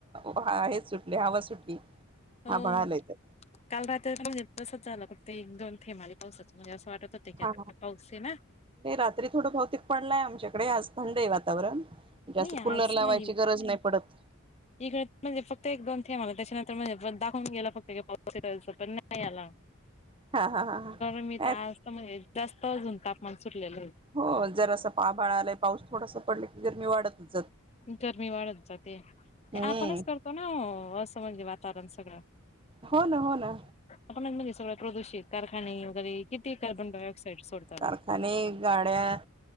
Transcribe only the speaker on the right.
आहे सुट लय हवा सुटली.
आभाळ आलंय तर
हा
रात्री थोडं बहुतेक पडलाय आमच्याकडे आज थंड आहे वातावरण. जे
असं कूलर
लावायची
गरज नाही पडत.
हा हा हा हा
हो जर असं आभाळा आलाय पाऊस थोडासा पडला की गरमी वाढत नाही.
हम्म
हो ना हो ना
कारखाने गाड्या